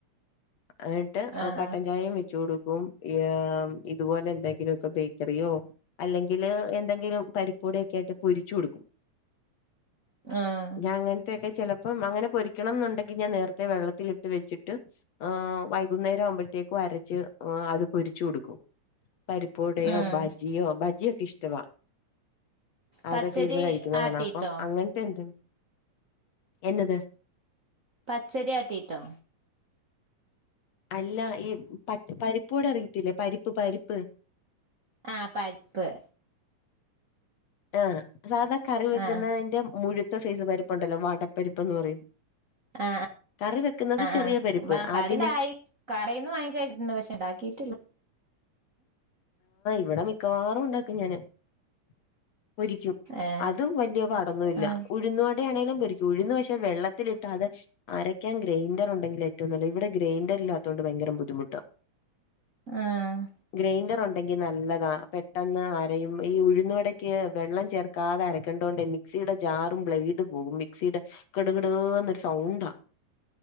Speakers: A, on the left (about 60°); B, on the right (about 35°).
A: എന്നിട്ട്
B: ആഹ്
A: കട്ടൻ ചായയും വെച്ചു കൊടു ഇപ്പം ഇതുപോലെ എന്തെങ്കിലുമ ഒക്കെ ബേക്കറിയോ അല്ലെങ്കില് എന്തെങ്കിലും പരിപ്പൊടിയൊക്കെയായിട്ട് പൊരിച്ചു കൊടുക്കും
B: ഉം
A: ഞാങ്ങൻത്തെക്ക ചെല അപ്പം അങ്ങനെ പൊരിക്കണം എന്നുണ്ടെങ്കിൽ ഞാൻ നേരത്തെ വെള്ളത്തിലിട്ട് വെച്ചിട്ട് ആ വൈകുന്നേരം ആവുമ്പോഴത്തേക്കും അരച്ച് അത് പൊരിച്ചു കൊടുക്കും പരിപ്പ് വടയോ
B: ഉം
A: ബാജിയോ ബാജിയ ക്കെഇഷ്ടവ
B: പച്ചരി
A: അതൊക്കെ ഇരുന്ന് കഴിക്കുന്നതാണ്
B: ആട്ടിട്ടോ
A: അപ്പം അങ്ങനത്തെ എന്ത് എന്നത്
B: പച്ചരിയാട്ടിട്ടോ
A: അല്ല ഈ പ പരിപ്പോടെ അറിത്തില്ലേ പരിപ്പ് പരിപ്പ്
B: ആഹ പരിപ്പ്
A: ആഹ സാധ കറിവെക്കുന്നതിന്റെ
B: ആഹ്
A: മുഴു ത്ത സൈസ് പരിപ്പുണ്ടല്ലോ വടപ്പരിപ്പ്ന്ന് പറയും
B: ആ
A: കറി വെക്കുന്നത്
B: ആ
A: ചെറിയ
B: ആ
A: പരിപ്പ്
B: <unintelligible>
A: അതിനെ
B: കടയിൽന്ന് വാങ്ങിക്കഴിച്ചിട്ടുണ്ട് പക്ഷെ ഉണ്ടാക്കിട്ടില്ല
A: ഇവിടമി ക്കവാറും ഉണ്ടാക്കും ഞാന് <unintelligible> പൊരിക്കും
B: ഏഹ്
A: അതും വലിയ പാടൊന്നുല്ല
B: ആഹ്
A: ഉഴുന്നവാടയാണേങ്കിലും പെരിക്കും ഉഴുന്ന് പക്ഷെ വെള്ളത്തിലിട്ട് അത് അരയ്ക്കാൻ ഗ്രൈൻഡർ ഉണ്ടെങ്കിൽ ഏറ്റവും നല്ല ഇവിടെ ഗ്രൈൻഡർ ഇല്ലാത്തത് കൊണ്ട് ഭയങ്കര ബുദ്ധിമുട്ട
B: ആഹ്
A: ഗ്രൈണ്ടർ ഒ ണ്ടങ്കി നല്ലതാ പെട്ടെന്ന് അരയും ഈ ഉഴുന്ന് വടണ്ട ക്ക് വെള്ളം ചേർക്കാതെ അരക്കേണ്ടോണ്ട് മിക്സിയുടെ ജാറും ബ്ലെയഡ് പോകും മിക്സിയുടെ കിട് കിട്ന്നരു സൗണ്ടാ